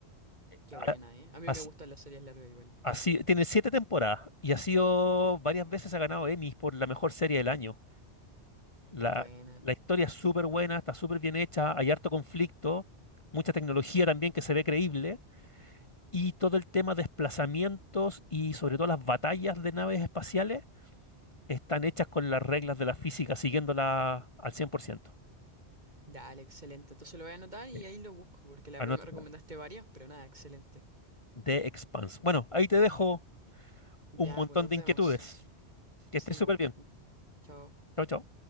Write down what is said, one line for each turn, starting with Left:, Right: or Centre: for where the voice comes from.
Right: Qué
Left: Ah,
Right: buena, ¿eh? A mí
Left: as-
Right: me gustan las series largas igual.
Left: Así, tiene siete temporadas y ha sido varias veces ha ganado Emmys por la mejor serie del año. La,
Right: Buena.
Left: la historia es súper buena, está súper bien hecha, hay harto conflicto, mucha tecnología también que se ve creíble, y todo el tema de desplazamientos y sobre todo las batallas de naves espaciales están hechas con las reglas de la física, siguiéndola al cien por ciento
Right: Dale, excelente. Entonces lo voy a anotar y
Left: Sí.
Right: ahí lo busco, porque la
Left: Anota
Right: verdad me recomendaste varias, pero nada, excelente.
Left: The Expanse. Bueno, ahí te dejo
Right: Ya,
Left: un montón
Right: pues nos
Left: de
Right: vemos.
Left: inquietudes. Que
Right: Sí,
Left: estés súper
Right: pues.
Left: bien.
Right: Chao.
Left: Chao, chao.